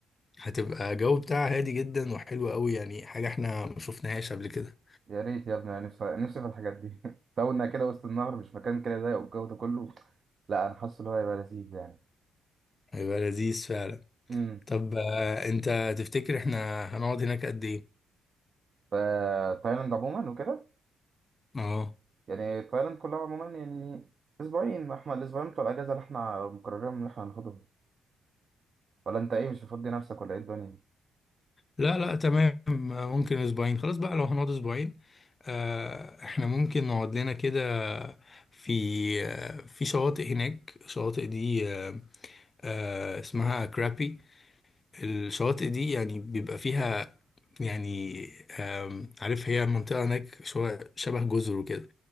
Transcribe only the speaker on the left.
هتبقى جو بتاعها هادي جدا وحلو قوي يعني حاجة احنا ما شفناهاش قبل كده
هيبقى لذيذ فعلا
طب آه، انت تفتكر احنا هنقعد هناك قد ايه؟
اه
لا لا تمام ممكن اسبوعين خلاص بقى لو هنقعد اسبوعين آه، احنا ممكن نقعد لنا كده في آه، في شواطئ هناك الشواطئ دي آه، آه، اسمها كرابي الشواطئ دي يعني بيبقى فيها يعني آم، عارف هي منطقة هناك شوية شبه جزر وكده